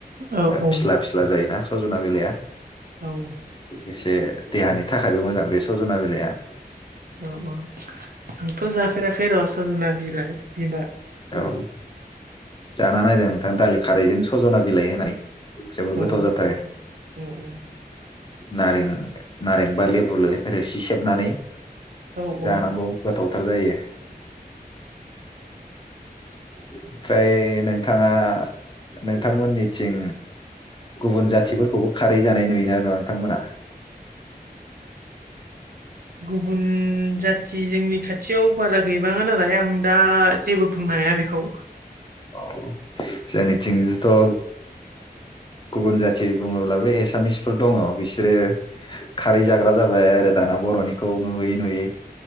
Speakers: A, on the right; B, on the left.
A: औ औ
B: फिस्ला फिस्ला जायोना सजना बिलाया
A: औ
B: लोगोसे देहानि थाखायबो मोजां बे सजना बिलाइआ
A: अ अ आंथ' जाफेराखै र' सजना बिलाइ बिबार
B: औ जाना नायदों नोंथां दालि खारैजों सजना बिलाइ होनानै जोबोर गोथाव
A: औ
B: जाथारो
A: सार औ औ
B: नारें नारेंबा लेबु रोसि सेबनानै
A: औ औ
B: जानांगौ गोथावथार जायो ओमफ्राय नोंथाङा नोंथांमोननिथिं गुबुन जाथिफोरखौबो खारै जानाय नुयोना नुवा नोंथांमोनहा
A: गुबुन जाथि जोंनि खाथियाव बारा गैबाङा नालाय आं दा जेबो बुंनो हाया बेखौ
B: अ जनिथिंथ' ओ गुबुन जाथि बुङोब्लाबो एसामिसफोर दङ बिसोरो खारै जाग्रा जाबाय आरो दाना बर'निखौ नुयै नुयै